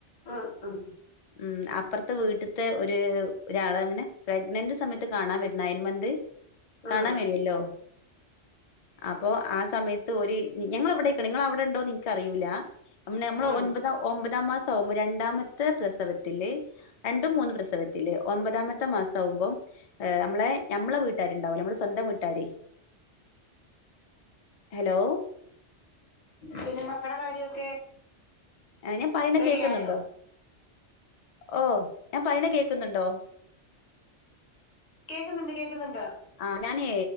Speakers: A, on the left; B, on the left.
A: ആഹ് ആഹ്
B: ഉം അപ്പുറത്തെ വീട്ടെത്തെ ഒരു ഒരാളെന്നെ പ്രഗ്നന്റ് സമയത്ത് കാണാൻ വരുന്ന നയന്മന്ത് കാണാൻ
A: ഉം
B: വരൂല്ലോ അപ്പൊ ആഹ് സമയത്ത് ഒരു ഞങ്ങള എവിടെക്ക നിങ്ങ അവിടെ ഉണ്ടോന്ന് ഇൻക്ക് അറിയൂല നമ്മ നമ്മളെ
A: ഉം
B: ഒൻപത ഒമ്പതാം മാസം ആവുമ്പ രണ്ടാമത്തെ പ്രസവത്തില് രണ്ടും മൂന്നും പ്രസവത്തില് ഒൻമ്പതാമത്തെ മാസാകുമ്പോ നമ്മളെ നമ്മളെ വീട്ടുകാരുണ്ടാവൂലെ നമ്മള സ്വന്തം വീട്ടാര് ഹലോ
A: പിന്നെ മക്കടെ കാര്യൊക്കെ
B: ആഹ് ഞാൻ പറയ്ണേ
A: റെഡി
B: കേക്കുന്നുണ്ടോ
A: ആയോ
B: ഓ ഞാൻ പറയ്ണ കേക്കുന്നുണ്ടോ
A: കേക്കുന്നുണ്ട് കേക്കുന്നുണ്ട്
B: ആഈ ഞാനേ